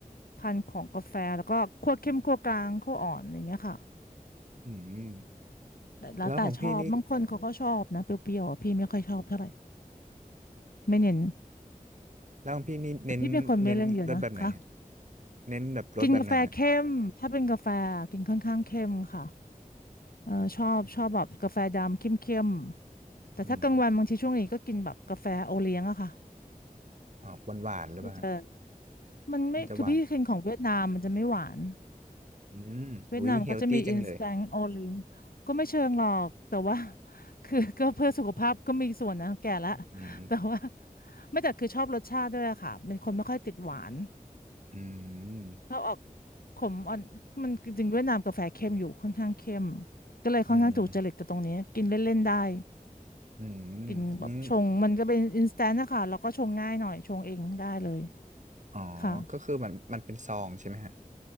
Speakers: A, on the left; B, on the right.
A: พันธุ์ของกาแฟแล้วก็คั่วเข้มคั่วกลางคั่วอ่อนอย่างเงี้ยค่ะ
B: อืม
A: แต่แล้วแต่ชอบบางคนเขาก็ชอบนะเปรี้ยวๆอะพี่ไม่ค่อยชอบเท่าไหร่
B: แล้วของพี่นี่
A: ไม่เน้น
B: แล้วของพี่นี่เน้นเน้นรสแบบไหนฮะ
A: แต่พี่เป็นคนไม่เล่นเยอะนะคะ
B: เน้นแบบรสแบบไหนฮะ
A: กินกาแฟเข้มถ้าเป็นกาแฟกินค่อนข้างเข้มค่ะเออชอบชอบแบบกาแฟดำเข้มๆแต่ถ้ากลางวันบางทีช่วงนี้ก็กินแบบกาแฟโอเลี้ยงอะค่ะ
B: อืมอ๋อหวานหวานหรือเปล่าฮะ
A: พี่จะมันไม่คือพี่กินของเวียดนามมันจะไม่หวาน
B: มันจะหวานอืมอุ้ยเฮลตี้จังเลย
A: เวียดนามก็จะมี instant o เลี้ยงก็ไม่เชิงหรอกแต่ว่า <laughs> คือ <laughs> ก็เพื่อสุขภาพก็มีส่วนนะแก่ละ <laughs>
B: อืม
A: แต่ว่าไม่แต่คือชอบรสชาติด้วยอะค่ะเป็นคนไม่ค่อยติดหวาน
B: อืม
A: ชอบออกขมอ่อนมันจริงๆเวียดนามกาแฟเข้มอยู่ค่อนข้างเข้มก็เลยค่อนข้างถูกจริตกับตรงนี้กินเล่นๆได้
B: อืมอื
A: กินแบบชงมันก็เป็น
B: ม
A: instant นะคะแล้วก็ชงง่ายหน่อยชงเองได้เลย
B: อ๋อ
A: ค่ะ
B: ก็คือมันมันเป็นซองใช่ไหมฮะ